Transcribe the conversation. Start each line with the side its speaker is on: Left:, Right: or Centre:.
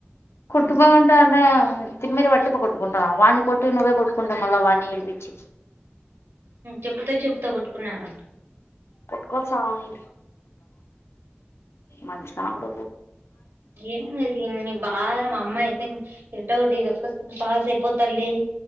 Left: కుట్టుకుంటా అంటే తిమ్మిర పట్టి ప కొట్టుకుంటాన్నావు వాడిని కొట్టి నువ్వే కొట్టుకుంటాం మళ్ళా వాడిని ఏడిపించి
Right: చెప్పుతో చెప్పుతో కొట్టుకున్నాడంట
Left: పట్టుకోనీ సవని మంచిన కూడ
Right: ఏం అది బాగా మా అమ్మాయి అయితే ఇటో ఒకటి ఇదొక్క పాస్ అయిపోతల్లి